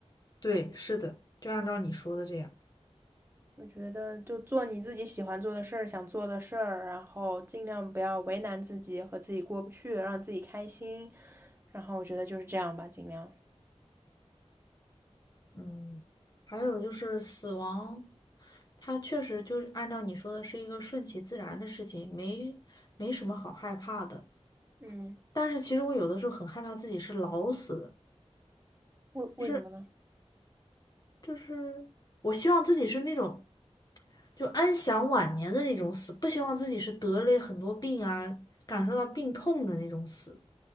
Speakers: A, on the left; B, on the right.
A: 对，是的，就按照你说的这样。
B: 我觉得，就做你自己喜欢做的事儿，想做的事儿，然后尽量不要为难自己和自己过不去，让自己开心。然后我觉得就是这样吧，尽量。
A: 嗯，还有就是死亡，它确实就是按照你说的是一个顺其自然的事情，没没什么好害怕的。
B: 嗯。
A: 但是其实我有的时候很害怕自己是老死的，
B: 为为什么呢？
A: 就是就是我希望自己是那种就安享晚年的那种死，不希望自己是得了很多病啊，感受到病痛的那种死。